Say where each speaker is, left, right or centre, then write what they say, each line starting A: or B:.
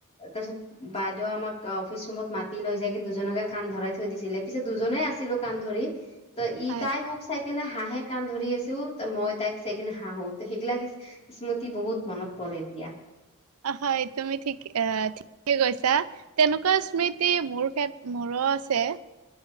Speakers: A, on the left; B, on the right.
A: তাৰপিছত বাই দই আমাক অফিচ ৰুমত মাতি লৈ যায় কি দুজনকে কাণ ধৰাই থৈ দিছিলে। পিছত দুজনেই আছিলো কাণ ধৰি। ত' ই
B: হয়।
A: তাই মোক চাইকনে হাঁহে কাণ ধৰি আছো ত' মই তাইক চাইকেনে হাঁহো। ত' সেইগিলাক স্মৃতি বহুত মনত পৰে এতিয়া।
B: হয়, তুমি ঠিক এ ঠিক কে কৈছা। তেনেকুৱা স্মৃতি মোৰ কেত মোৰো আছে।